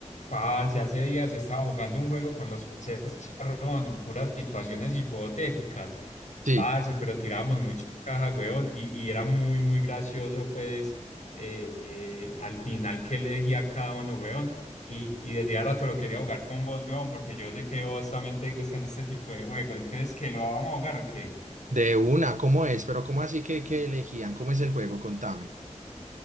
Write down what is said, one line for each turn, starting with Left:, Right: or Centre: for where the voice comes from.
Left: Parce, hace días estaba jugando un juego con los parceros charrón, puras situaciones hipotéticas.
Right: Sí,
Left: Parce, pero tirábamos mucha caja, weón, y, y era muy, muy gracioso, pues, eh, eh, al final que elegía cada uno, weón. Y, y desde hace rato lo quería jugar con vos, weón, porque yo sé que vos también te gustan este tipo de juegos. Entonces, ¿que lo vamos a jugar o qué?
Right: de una, ¿cómo es? Pero ¿cómo así que, que elegían? ¿Cómo es el juego? Contame.